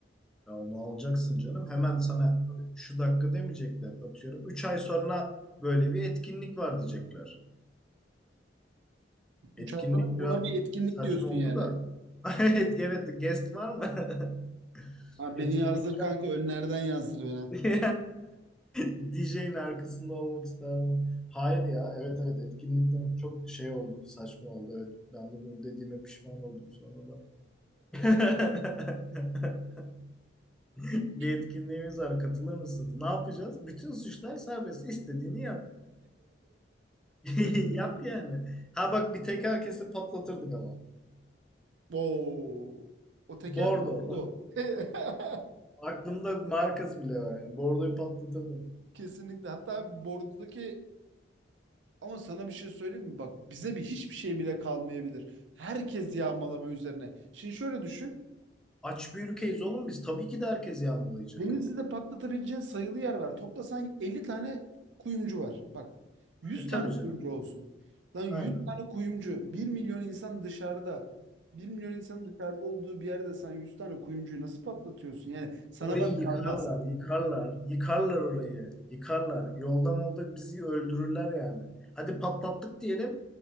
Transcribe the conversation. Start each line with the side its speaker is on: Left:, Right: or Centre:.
Centre: Ya onu alacaksın canım. Hemen sana şu dakika demeyecekler. Atıyorum. 3 ay sonra böyle bir etkinlik var diyecekler.
Right: Üç
Centre: Etkinlik
Right: ay sonra buna
Centre: biraz
Right: bir etkinlik
Centre: saçma
Right: diyorsun
Centre: oldu
Right: yani.
Centre: da. <laughs> Evet, evet guest var mı? <laughs>
Right: Ha,
Centre: Etkinlik
Right: beni yazdır kanka önlerden yazdır beni.
Centre: <laughs> DJ'in arkasında olmak isterdim. Hayır ya. Evet evet etkinlikten çok şey oldu. Saçma oldu. Evet. Ben de bunu dediğime pişman oldum sonra da. <laughs> Bir
Right: <laughs>
Centre: etkinliğimiz var. Katılır mısınız? Ne yapacağız? Bütün suçlar serbest. İstediğini yap. <laughs> Yap yani. Ha bak bir teker kesin patlatırdık ama.
Right: Oo. O tekerle
Centre: Bordo.
Right: bordo. <laughs>
Centre: <laughs> Aklımda markası bile var yani. Bordoyu patlatırdım.
Right: Kesinlikle. Hatta bordodaki ama sana bir şey söyleyeyim mi? Bak bize bir hiçbir şey bile kalmayabilir. Herkes yağmalama üzerine. Şimdi şöyle düşün.
Centre: Aç bir ülkeyiz oğlum biz. Tabii ki de herkes yağmalayacak.
Right: Denizli'de patlatabileceğin sayılı yer var. Toplasan 50 tane kuyumcu var. Bak 100
Centre: E tabii
Right: tane kuyumcu
Centre: canım.
Right: olsun. Lan 100
Centre: Aynen.
Right: tane kuyumcu bir milyon insan dışarıda. bir milyon insanın dışarıda olduğu bir yerde sen 100 tane kuyumcuyu nasıl patlatıyorsun? Yani sana
Centre: Orayı
Right: bana
Centre: yıkarlar,
Right: kalmaz.
Centre: yıkarlar, yıkarlar orayı, yıkarlar. Yolda molda bizi öldürürler yani. Hadi patlattık diyelim.